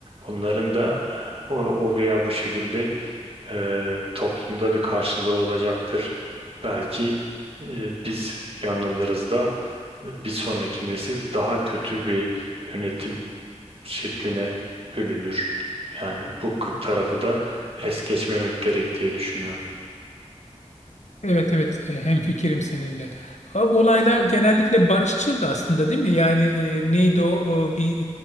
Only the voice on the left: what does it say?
Evet evet e, hemfikirim seninle. A- Olaylar genellikle barışçıl da aslında değil mi? Yani e, neydi o, O bir